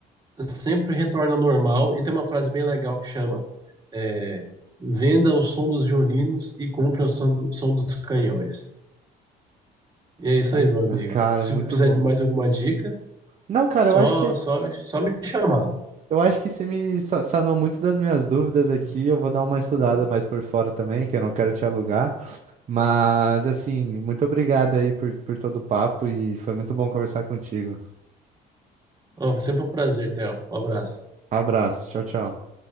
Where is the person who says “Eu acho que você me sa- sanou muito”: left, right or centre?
Right